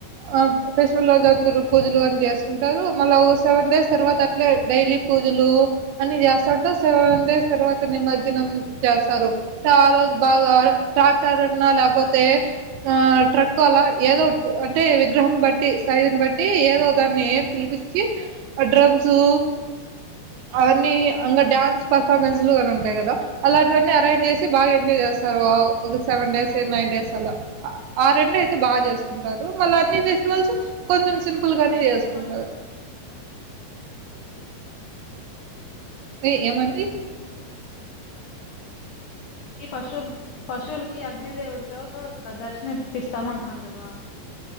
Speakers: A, on the right; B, on the left.
A: ఆ ఫెస్టివల్ రోజు అందరు పూజలు అన్ చేసుకుంటారు మళ్ళా ఓ సెవెన్ డేస్ తర్వాత అట్లే డైలీ పూజలు అని చేస్త సెవెన్ డేస్ తర్వాత నిమజ్జనం చేస్తారు ఇంక ఆ రోజు బాగా ట్రాక్టర్న్నా లేకపోతే ఆ ట్రక్ అలా ఏదో ఒక అంటే విగ్రహం బట్టి సైజుని బట్టి ఏదో దాన్ని పిలిపిచ్చి అ డ్రమ్సు అవన్నీ ఇంగ డ్యాన్స్ పర్ఫార్మెన్స్ లు గన ఉంటాయి కదా అలాంటివన్నీ అరేంజ్ చేసి బాగా ఎంజాయ్ చేస్తారు ఒక సెవెన్ డేస్
B: ఆ
A: నైన్ డేస్ అలా ఆ రెండు అయితే బాగా చేసుకుంటారు మళ్ళ అన్ని ఫెస్టివల్స్ కొంచెం సిమ్ పుల్ గానే చేసుకుంటారు
B: సంక్రా
A: అ ఏమండి
B: ఈ పశువులు పశువులకి అగ్ని దేవుడితో దర్శనం ఇప్పిస్తాము అంటున్నారు కదా